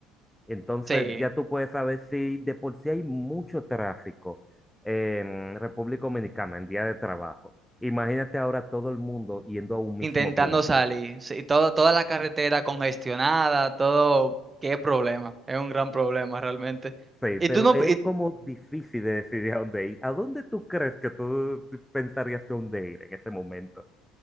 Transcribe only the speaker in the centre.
Entonces
ya tú puedes saber si de por sí hay mucho tráfico en República Dominicana en día de trabajo. Imagínate ahora todo el mundo yendo a un mismo
punto.
Sí,
pero
es
como difícil de decidir a dónde ir. ¿A dónde tú crees que tú pensarías de dónde ir en ese momento?